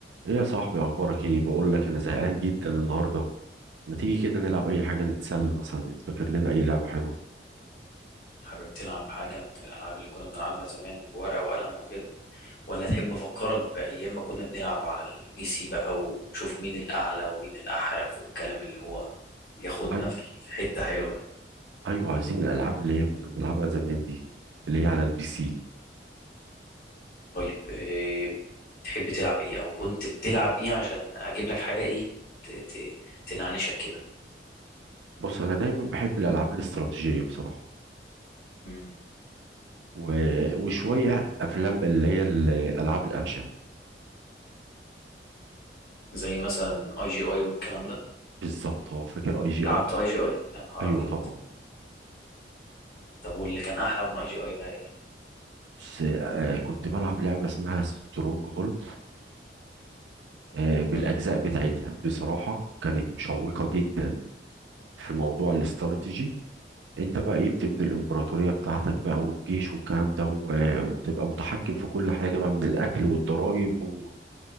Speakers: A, on the right; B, on the left.
A: ايه يا صاحبي اخبارك ايه بقول لك انا زهقان جدا النهارده ما تيجي كده نلعب اي حاجه نتسلى مثلا نفتكر لنا اي لعبه حلوه
B: حابب تلعب حاجة من الألعاب اللي كنا بنلعبها زمان بورقة وقلم وكده ولا تحب أفكرك بأيام ما كنا بنلعب على البي سي بقى ونشوف مين الأعلى ومين الأحرف والكلام اللي هو بياخدنا
A: أي...
B: في في حتة حلوة ده
A: ايوه عايزين الالعاب اللي هي كنا بنلعبها زمان دي اللي هي على البي سي
B: طيب إيه تحب تلعب إيه أو كنت بتلعب إيه عشان أجيب لك حاجة إيه ت- ت- تنعنشك كده
A: بص انا دايما بحب الالعاب الاستراتيجيه بصراحه
B: مم.
A: و... وشويه افلام اللي هي الالعاب الاكشن
B: زي مثلا أي جي أي والكلام ده
A: بالظبط هو فاكر اي جي
B: لعبت
A: اي
B: أي جي أي يا نهار
A: ايوه
B: أبيض
A: طبعا
B: طب واللي كان أحلى من أي جي أي بقى إيه
A: بس آه كنت بلعب لعبه اسمها سترونج هولد آه بالاجزاء
B: مم.
A: بتاعتها بصراحه كانت مشوقه جدا في موضوع الاستراتيجي انت بقى ايه بتبني الامبراطورية بتاعتك بقى والجيش والكلام ده و- وتبقى متحكم في كل حاجة بقى من الاكل والضرائب و...